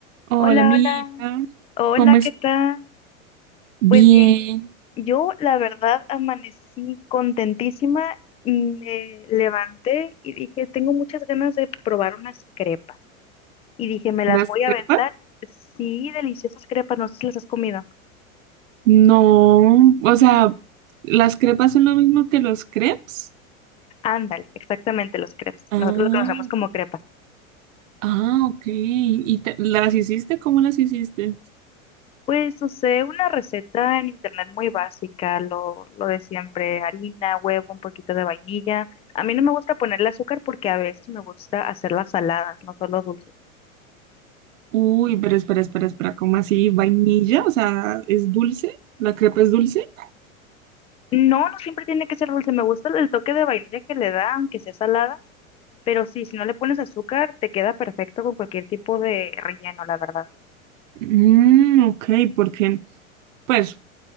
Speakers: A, on the right; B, on the left.
A: Hola,
B: Hola,
A: amiguita.
B: hola. Hola,
A: ¿Cómo estás?
B: ¿qué tal?
A: Bien.
B: Pues bien, yo la verdad amanecí contentísima, me levanté y dije, tengo muchas ganas de probar unas crepas. Y dije, me las
A: ¿Unas
B: voy a
A: crepas?
B: aventar. Sí, deliciosas crepas, no sé si las has comido.
A: No. O sea, ¿las crepas son lo mismo que los crepes?
B: Ándale, exactamente, las crepas.
A: Ah,
B: Nosotros lo conocemos como crepas.
A: ah, ok. ¿Y te- las hiciste? ¿Cómo las hiciste?
B: Pues usé una receta en internet muy básica, lo, lo de siempre, harina, huevo, un poquito de vainilla. A mí no me gusta ponerle azúcar porque a veces me gusta hacerlas saladas, no solo dulces.
A: Uy, pero espera, espera, espera. ¿Cómo así? ¿Vainilla? O sea, ¿es dulce? ¿La crepa es dulce?
B: No, no siempre tiene que ser dulce, me gusta el toque de vainilla que le da, aunque sea salada, pero sí, si no le pones azúcar, te queda perfecto con cualquier tipo de relleno, la verdad.
A: Mmm, ok, porque, pues.